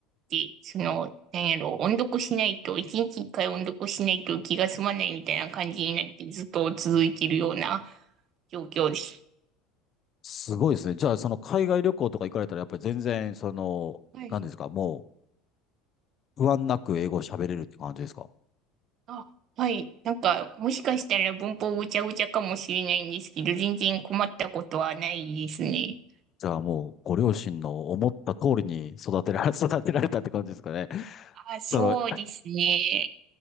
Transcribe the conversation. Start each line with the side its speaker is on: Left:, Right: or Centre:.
Right: て、その、なんやろ、音読しないと、一日一回音読しないと気が済まないみたいな感じになって、ずっと続いてるような状況です。
Left: すごいですね。じゃあ、その海外旅行とか行かれたら、やっぱり全然、その、
Right: はい
Left: 何ですか、もう不安なく英語を喋れるって感じですか
Right: あ、はい。なんか、もしかしたら文法ごちゃごちゃかもしれないんですけど、全然困ったことはないですね。
Left: じゃあもう、ご両親の思った通りに育てられ、<laughs> 育てられたって感じですかね。
Right: あ、そうですね。
Left: その、